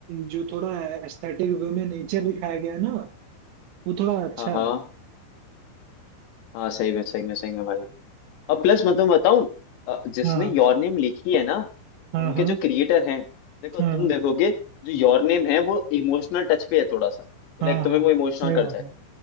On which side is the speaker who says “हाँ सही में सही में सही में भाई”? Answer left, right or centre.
Left